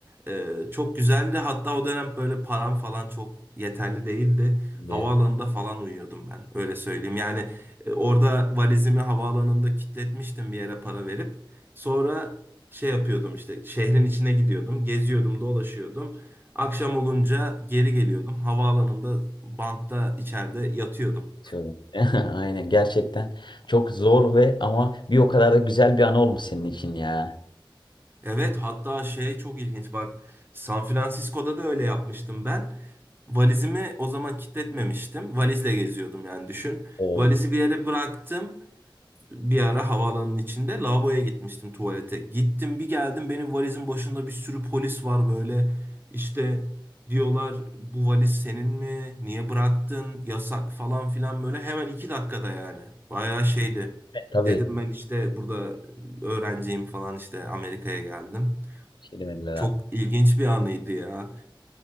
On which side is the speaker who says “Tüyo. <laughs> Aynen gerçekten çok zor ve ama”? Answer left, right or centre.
Left